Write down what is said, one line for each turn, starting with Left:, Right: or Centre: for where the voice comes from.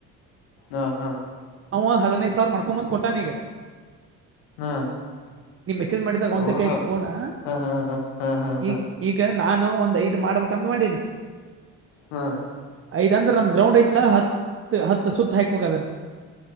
Left: ಹಾ ಹಾ
Right: ನ ಹದಿನೈದು ಸಾವಿರ ಮಾಡ್ಕೊಂಬಂದ ಕೊಟ್ಟಾನಗ
Left: ಹಾ
Right: ನೀ ಮೆಸೇಜ್ ಮಾಡಿದಾಗ ಒಂತಕ್ಕಯ್ತು
Left: ಓಹೋ
Right: ಫೋನಾ
Left: ಹಾ ಹಾ ಹಾ ಹಾ ಹಾ ಹಾ
Right: ಈಗ ಈಗ ನಾನು ಒಂದ್ ಐದು್ ಮಾಡ್ಬೇಕಂತ ಮಾಡೀನಿ
Left: ಹಾ
Right: ಇದಂದ್ರ ನಮ್ ಗ್ರೌಂಡ್ ಐತ್ಲಾ ಹತ್ ಹತ್ ಸುತ್ತ ಹಾಕ್ಬೇಕ ಅದನ